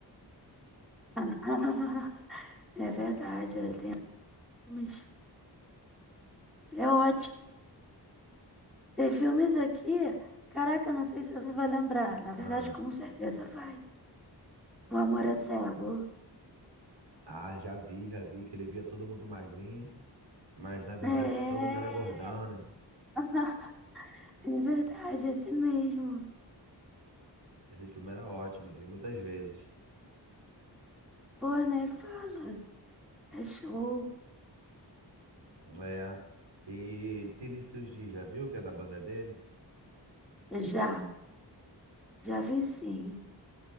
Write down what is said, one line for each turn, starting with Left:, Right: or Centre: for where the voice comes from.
Centre: <laughs> É verdade, ele tem filmes. Ele é ótimo. Tem filmes aqui. Caraca, não sei se você vai lembrar. Na verdade,
Right: Ah,
Centre: com certeza vai. O Amor é Cego.
Right: ah, já vi, já vi que ele via todo mundo magrinho. Mas na verdade
Centre: É,
Right: todo mundo era gordão, né?
Centre: <laughs> é verdade, esse mesmo.
Right: Esse filme era ótimo, eu vi muitas vezes.
Centre: Pô, nem fala. É show.
Right: É. E Vinícius Dias, já viu que é da banda dele?
Centre: Já, já vi sim.